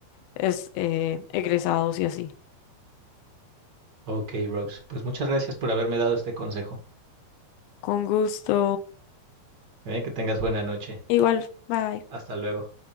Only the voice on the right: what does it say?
Ok, Rose, pues muchas gracias por haberme dado este consejo.
Eh, que tengas buena noche.
Hasta luego.